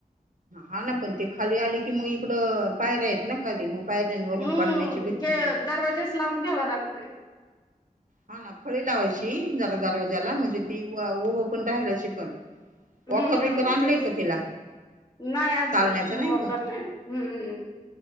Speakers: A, on the right (about 65°); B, on the left (about 30°).
A: हा ना पण ते खाली आली कि मग इकडं पायऱ्यां हेत ना खाली मग पायऱ्यांवरून
B: हम्म
A: पडण्याची भीती
B: दरवाजेच लावून घ्यावा लागतोय
A: हा ना फळी लावायची जरा दरवाज्याला म्हणजे ती ओभं पण राहायला शिकण
B: हम्म
A: वखर बखर आणलय
B: तेच
A: का तिला
B: नाही अजून
A: चालण्याचं
B: वॉकर
A: का?
B: नाही आणल हम्मम्